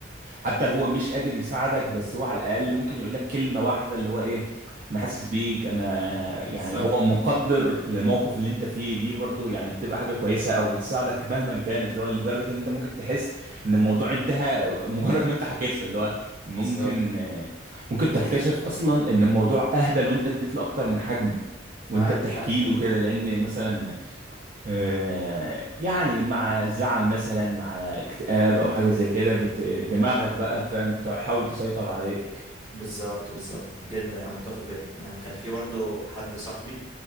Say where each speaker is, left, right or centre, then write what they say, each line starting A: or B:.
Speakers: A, on the right; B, on the right.
A: حتى لو هو مش قادر يساعدك بس هو على الاقل ممكن يقول لك كلمة واحدة اللي هو ايه انا حاسس بيك انا يعني
B: بالظبط
A: هو مقدر للموقف اللي انت فيه دي برضو يعني بتبقى حاجة كويسة او بتساعدك مهما كانت اللي هو لدرجة ان انت ممكن تحس ان الموضوع انتهى مجرد ما انت حكيت له اللي هو ممكن
B: بالظبط
A: ممكن تكتشف اصلا ان الموضوع اهبل وانت اديت له اكتر من حجمه
B: فعلا
A: وانت بتحكي
B: فعلا
A: له كده لان مثلا آه، يعني مع زعل مثلا مع اكتئاب
B: امم
A: او حاجه زي كده بت- دماغك بقى فاهم تحاول تسيطر عليك
B: بالظبط بالظبط جدا يعني متفق جدا يعني كان في برضه حد صاحبي